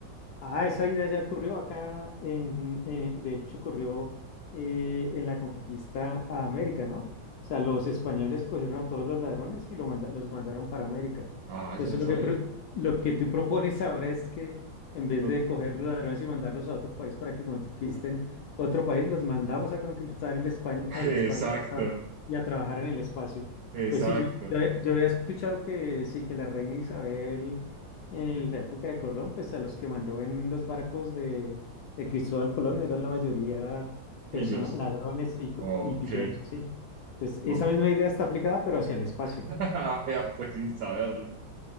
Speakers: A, on the left (about 70°); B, on the right (about 85°).
A: Ah, esa idea ya ocurrió acá, en, eh, de hecho ocurrió eh, en la conquista a América, ¿no? O sea, los españoles cogieron a todos los ladrones y lo manda- los mandaron para América.
B: Ah,
A: Entonces,
B: yo no sabía.
A: lo que, pro- lo que tú propones ahora es que en vez
B: No-
A: de coger los ladrones y mandarlos a otro país para
B: <laughs>
A: que conquisten otro país, los mandamos a conquistar el, España, el
B: Exacto,
A: espacio y a trabajar en el espacio.
B: exacto.
A: Pues sí, yo, yo he- yo había escuchado que sí, que la reina Isabel en la época de Colón, pues a los que mandó en los barcos de, de Cristóbal Colón eran la mayoría
B: Pillos.
A: personas, ladrones y, co-
B: Ok.
A: y pilluelos así. Entonces, esa
B: Oh.
A: misma idea está aplicada, pero hacia el espacio,
B: <laughs> Vean, pues sin saberlo.